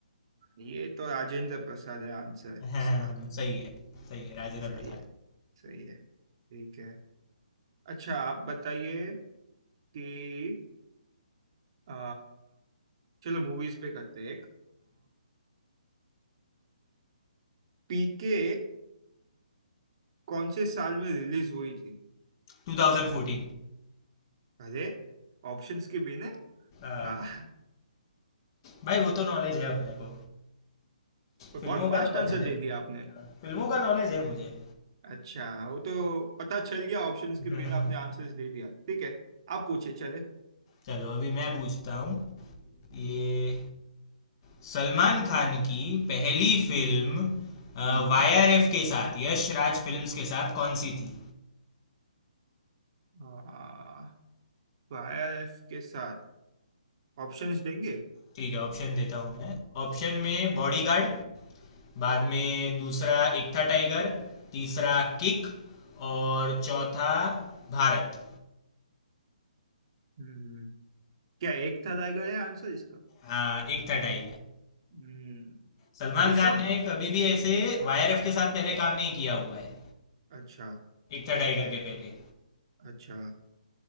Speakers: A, on the right (about 40°); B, on the left (about 35°).
A: ये तो राजेंद्र प्रसाद है आंसर
B: <laughs> हाँ,
A: इसका
B: सही है सही है राजेंद्र
A: सही
B: प्रसाद
A: है सही है ठीक है अच्छा आप बताइए कि आ, चलो मूवीज पे करते हैं एक पीके कौन से साल में रिलीज हुई थी
B: टू थाउजेंड फोर्टीन
A: अरे ऑप्शंस के बिना
B: हाँ,
A: वाह
B: भाई वो तो नॉलेज है अपने को
A: और
B: फिल्मों
A: बहुत
B: का
A: फास्ट
B: तो नॉलेज
A: आंसर
B: है
A: दे दिया आपने
B: फिल्मों का नॉलेज है मुझे
A: अच्छा वो तो पता चल गया ऑप्शंस
B: <laughs>
A: के बिना आपने आंसर्स दे दिया ठीक है आप पूछे चले
B: चलो अभी मैं पूछता हूँ ये सलमान खान की पहली फिल्म
A: हम्म
B: वाईआरएफ के साथ यश राज फिल्म्स के साथ कौन सी थी
A: आ, वायरस के साथ ऑप्शंस देंगे
B: ठीक है ऑप्शन देता हूँ मैं ऑप्शन में बॉडीगार्ड बाद में दूसरा एक था टाइगर तीसरा किक और चौथा भारत
A: हम्म क्या एक था रहेगा आंसर इसका
B: हाँ एक था टाइगर
A: हम्म
B: सलमान
A: ये सब
B: खान ने कभी भी ऐसे वाईआरएफ के साथ पहले काम नहीं किया हुआ है
A: अच्छा
B: एक था टाइगर के पहले
A: अच्छा